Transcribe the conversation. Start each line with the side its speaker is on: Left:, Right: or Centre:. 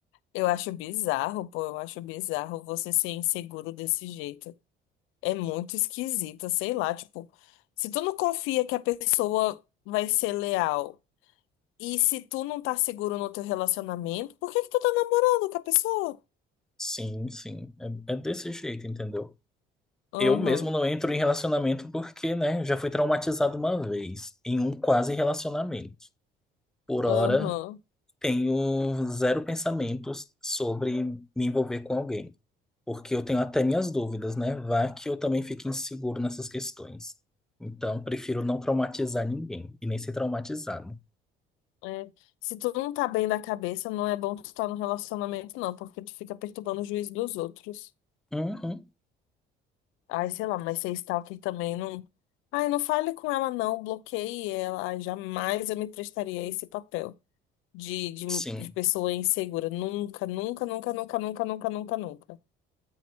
Left: Eu acho bizarro, pô, eu acho bizarro você ser inseguro desse jeito. É muito esquisita, sei lá, tipo, se tu não confia que a pessoa vai ser leal e se tu não tá seguro no teu relacionamento, por que que tu tá namorando com a pessoa?
Centre: sim, sim, é, é desse jeito, entendeu?
Left: Aham,
Centre: Eu mesmo não entro em relacionamento porque, né, já fui traumatizado uma vez, em um quase relacionamento. Por hora,
Left: aham.
Centre: tenho zero pensamentos sobre me envolver com alguém, porque eu tenho até minhas dúvidas, né? Vá que eu também fique inseguro nessas questões. Então, prefiro não traumatizar ninguém e nem ser traumatizado.
Left: é. Se tu não tá bem da cabeça, não é bom tu estar no relacionamento, não, porque tu fica perturbando o juízo dos outros.
Centre: Uhum,
Left: Ai, sei lá, mas ser stalker também não. Ai, não fale com ela, não, bloqueie ela. Ai, jamais eu me prestaria a esse papel. de, de,
Centre: sim.
Left: de pessoa insegura. Nunca, nunca, nunca, nunca, nunca, nunca, nunca, nunca.